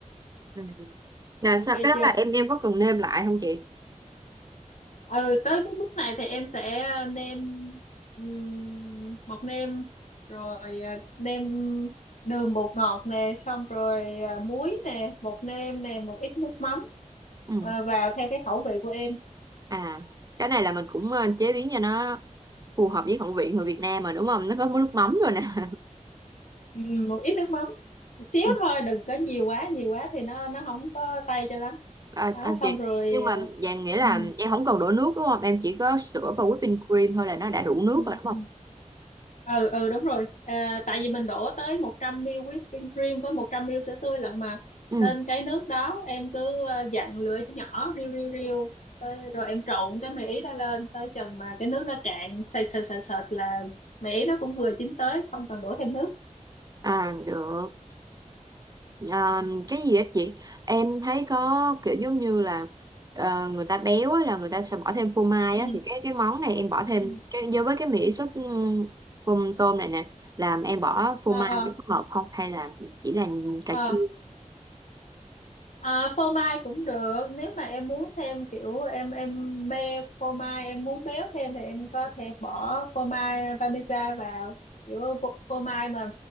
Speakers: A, on the right; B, on the left.
A: ừ. là
B: ok
A: sao cái
B: chưa
A: đó là em em có cần nêm lại không chị
B: ừ tới cái bước này thì em sẽ nêm um, bột nêm rồi à, nêm đường bột ngọt nè xong rồi à, muối nè bột nêm nè một ít nước mắm
A: ừ.
B: à, vào theo cái khẩu vị của em
A: À, cái này là mình cũng ờ, chế biến cho nó phù hợp với khẩu vị người Việt Nam mà đúng không? Nó có món nước mắm rồi nè. <laughs>
B: Ừ, một ít nước mắm một xíu
A: Ừ.
B: thôi đừng có nhiều quá nhiều quá thì nó nó không có tay cho lắm
A: À,
B: đó
A: à,
B: xong
A: chị
B: rồi
A: nhưng mà
B: ờ,
A: dạng nghĩa là
B: ừ
A: em không cần đổ nước đúng không? Em chỉ có sữa và whipping cream thôi là nó đã đủ nước
B: ừ
A: rồi đúng
B: ừ
A: không?
B: ừ, ừ đúng rồi à, tại vì mình đổ tới 100 ml whipping cream với 100 ml sữa tươi lận mà
A: Ừ.
B: nên cái nước đó em cứ ờ, dặn lửa nhỏ riu riu riu tới, rồi em trộn cái mì ý đó lên tới chừng mà cái nước nó cạn sệt sệt sệt sệt là mì ý nó cũng vừa chín tới không cần đổ thêm nước
A: À được. À, cái gì á chị? Em thấy có kiểu giống như là ờ, người ta béo á, là người ta sẽ bỏ thêm phô mai
B: ừ
A: á thì cái cái món này em bỏ
B: ừ
A: thêm cái do với cái mỹ sốt ừm, phô tôm này nè làm em bỏ phô
B: ờ
A: mai
B: ờ
A: nó có hợp không hay là chỉ là cà
B: ờ.
A: chua
B: À, phô mai cũng được nếu mà em muốn thêm kiểu em em mê phô mai em muốn béo thêm thì em có thể bỏ phô mai parmesan vào kiểu phô, phô mai mà